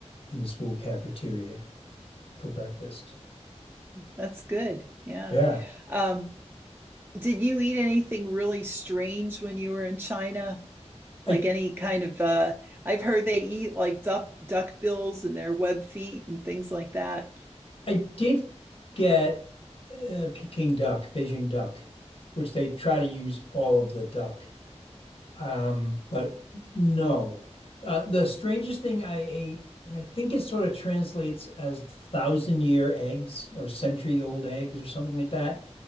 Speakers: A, on the left; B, on the right.
A: in the school cafeteria for breakfast.
B: That's good. Yeah.
A: Yeah.
B: Um, did you eat anything really strange when you were in China? Like
A: I
B: any kind of uh I've heard they eat like duck duck bills and their web feet and things like that.
A: I did get uh, Peking duck, Beijing duck, which they try to use all of the duck. Um, but no. Uh, the strangest thing I ate, and I think it sort of translates as thousand year eggs or century old eggs or something like that.